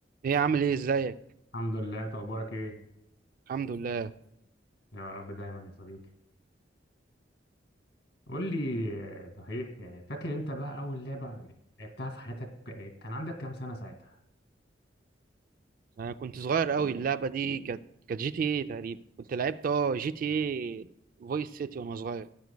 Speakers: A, on the right; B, on the left.
A: ايه عامل ايه ازيك
B: الحمد لله انت اخبارك ايه
A: الحمد لله
B: يا رب دايما يا صديقي قول لي آه، صحيح يعني فاكر انت بقى اول لعبه لعبتها في حياتك آه، كان عندك كام سنه ساعتها
A: انا كنت صغير قوي اللعبه دي كانت كانت جي تي ايه تقريبا كنت لعبت اه جي تي ايه فويس سيتي وانا صغير